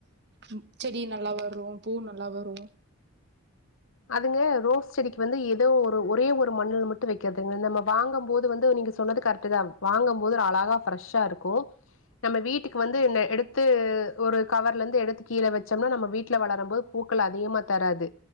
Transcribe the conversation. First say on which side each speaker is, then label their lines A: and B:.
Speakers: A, on the right; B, on the left.
A: ம் செடி நல்லா வரு பூ நல்லா வரு
B: அதுங்க ரோஸ் செடிக்கு வந்து ஏதோ ஒரு ஒரே ஒரு மண்ணல மட்டு வெக்கிறதுங்க நம்ம வாங்கம் போது வந்து நீங்க சொன்னது கரக்ட்டுதா வாங்கம் போது அலகா ஃப்ரெஷ்ஷா இருக்கு நம்ம வீட்டுக்கு வந்து இந்த எடுத்து ஒரு கவர்ல இருந்து எடுத்து கீல வச்சோம்னா நம்ம வீட்டல வளரம் போது பூக்கள் அதிகமா தராது